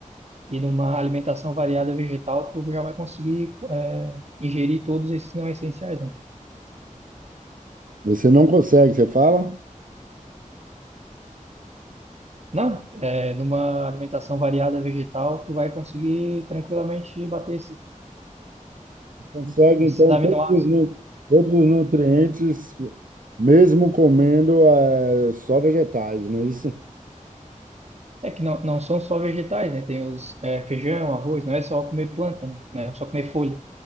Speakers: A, on the right; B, on the right.
A: e numa alimentação variada vegetal, tu já vai conseguir é, ingerir todos esses não essenciais, né?
B: Você não consegue, você fala?
A: Não, é, numa alimentação variada vegetal, tu vai conseguir tranquilamente bater esses,
B: Consegue,
A: esses
B: então,
A: aminoácidos.
B: todos os, nu- todos os nutrientes, mesmo comendo eh, só vegetais, não é isso?
A: É que não, não são só vegetais, né? Tem os é, feijão, arroz, não é só comer planta, né? Não é só comer folha,